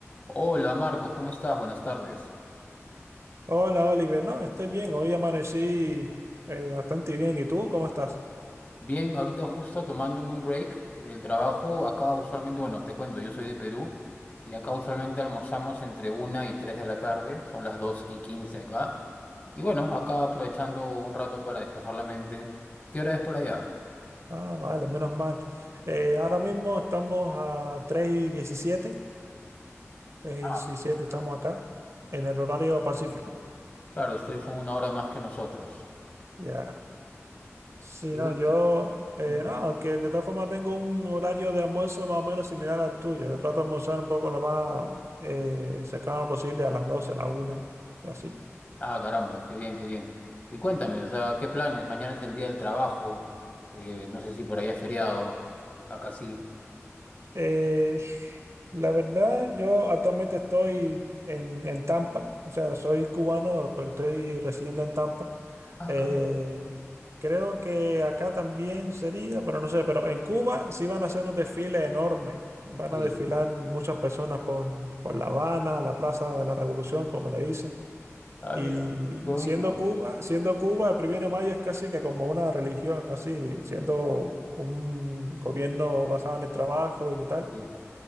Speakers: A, on the left; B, on the right.
A: Hola Marcos, ¿cómo estás? Buenas tardes.
B: Hola, Oliver. No, estoy bien. Hoy amanecí eh, bastante bien. ¿Y tú cómo estás?
A: Bien, ahorita justo tomándome un break del trabajo. Acá usualmente, bueno, te cuento, yo soy de Perú y acá usualmente almorzamos entre una y 3 de la tarde, son las 2 y 15 acá. Y bueno, acá aprovechando un rato para despejar la mente. ¿Qué hora es por allá?
B: Ah, vale, menos mal. Eh, ahora mismo estamos a 3 y 17. Tres y
A: Ah,
B: diecisiete estamos acá, en el horario pacífico.
A: claro, ustedes son una hora más que nosotros.
B: Ya. Sí,
A: Y
B: no,
A: bueno,
B: yo. eh,
A: ujú.
B: no, aunque de todas formas tengo un horario de almuerzo más o menos similar al tuyo. Yo trato de almorzar un poco lo más eh, cercano posible a las 12, a la una. así.
A: ah, caramba, qué bien, qué bien. Y cuéntame, o sea, ¿qué planes? Mañana es el día del trabajo, eh, no sé si por allá es feriado, acá sí.
B: Eh, sh- la verdad, yo actualmente estoy en, en Tampa, o sea, soy cubano, pero estoy residiendo en Tampa.
A: Ah,
B: Eh,
A: caramba.
B: creo que acá también sería, pero no sé, pero en Cuba sí van a hacer un desfile enorme. Van
A: Sí,
B: a desfilar muchas personas por, por La Habana, la Plaza de la Revolución, como le dicen.
A: Ah,
B: Y
A: mira, qué bonito.
B: siendo Cuba, siendo Cuba, el primero de mayo es casi que como una religión, así, siendo un gobierno basado en el trabajo y tal.
A: sí.